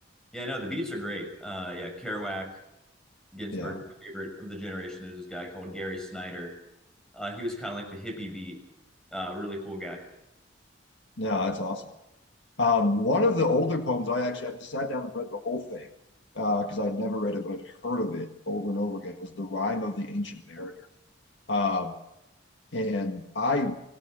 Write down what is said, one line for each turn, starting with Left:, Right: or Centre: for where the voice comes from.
Centre: Yeah, no, the beats are great. Uh, yeah, Kerouac, Ginsberg,
Left: yeah.
Centre: my favorite of the generation. There's this guy called Gary Snyder. Uh, he was kind of like the hippie beat, uh, really cool guy.
Left: No,
Centre: Uh,
Left: that's awesome. Um, one of the older poems, I actually I just sat down and read the whole thing because I'd never read it, but I'd heard of it over and over again. Was the Rime of the Ancient Mariner, um, and I